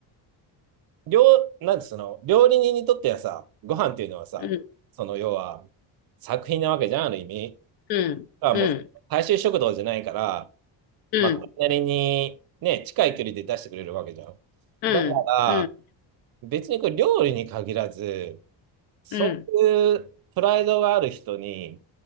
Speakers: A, on the right (about 50°); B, on the left (about 55°).
A: 料、なんてその、料理人にとってはさ、ご飯っていうのはさ、
B: うん。
A: その要は作品なわけじゃん、ある意味。
B: うん。
A: あ、
B: うん。
A: もう大衆食堂じゃないから、
B: うん。
A: まあ、それなりにね、近い距離で出してくれるわけじゃん。
B: うん。
A: だから、
B: うん。
A: 別にこれ料理に限らず、そういうプライドがある人に、
B: うん。